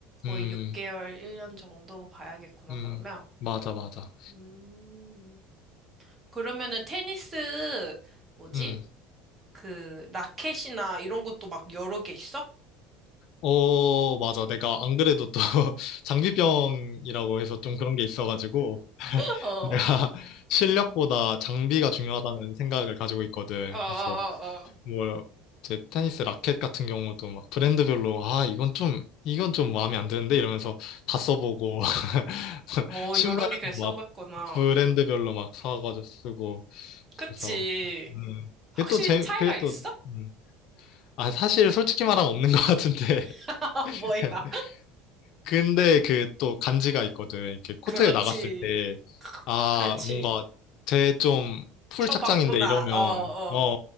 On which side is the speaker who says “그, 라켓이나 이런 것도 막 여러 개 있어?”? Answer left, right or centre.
Right